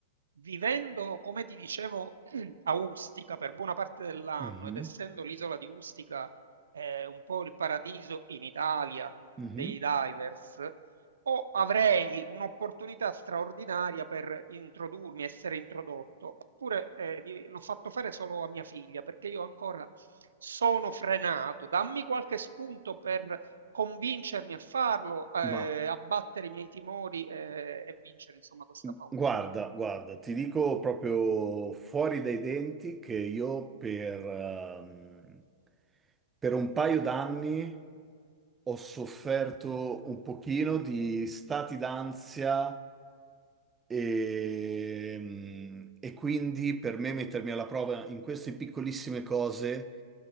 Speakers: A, on the right; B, on the right.
A: vivendo, come ti dicevo, <clears throat> a Ustica per buona parte dell'anno
B: Mhm,
A: ed essendo l'isola di Ustica, ehm, un po' il paradiso in Italia
B: mhm.
A: dei divers o avrei un'opportunità straordinaria per introdurmi, essere introdotto, oppure eh, di- l'ho fatto fare solo a mia figlia perché io ancora sono frenato. Dammi qualche spunto per convincermi a farlo, eh,
B: Ma
A: abbattere i miei timori eh, e vincere, insomma, questa
B: guarda,
A: paura.
B: guarda, ti dico proprio fuori dai denti che io per, ehm, per un paio d'anni ho sofferto un pochino di stati d'ansia. E, e quindi per me mettermi alla prova in queste piccolissime cose